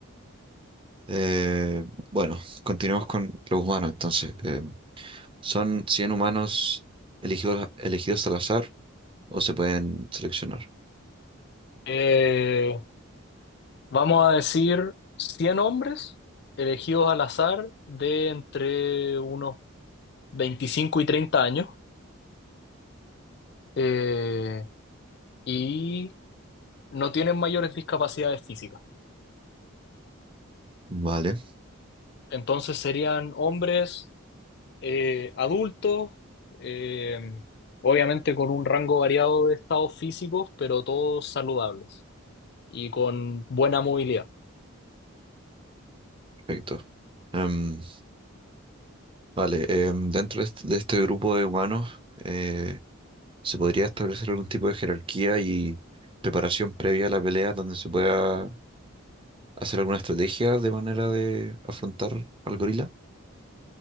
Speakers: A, on the right; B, on the left.
A: Eh, bueno, continuamos con los humanos entonces. Em, ¿son 100 humanos elegidos, elegidos al azar o se pueden seleccionar?
B: Eh, vamos a decir 100 hombres elegidos al azar de entre unos veinticinco y treinta años eh, y no tienen mayores discapacidades físicas.
A: Vale,
B: Entonces serían hombres eh, adultos, eh, obviamente con un rango variado de estados físicos, pero todos saludables y con buena movilidad.
A: perfecto. Em, vale, em, dentro de este, de este grupo de humanos eh, se podría establecer algún tipo de jerarquía y preparación previa a la pelea donde se pueda hacer alguna estrategia de manera de afrontar al gorila